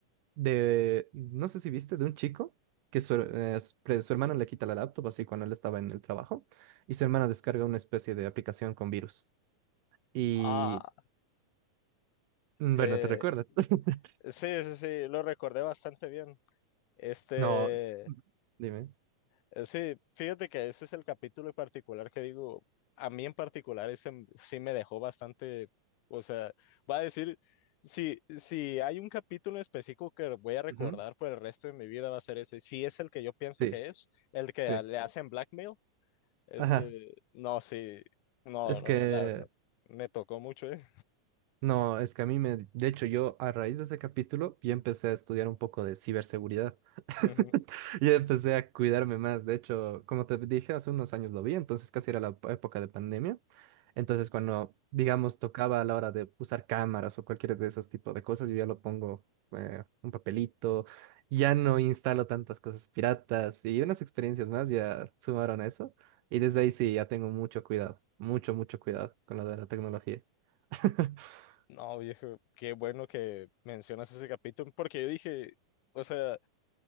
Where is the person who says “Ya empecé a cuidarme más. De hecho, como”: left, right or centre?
Right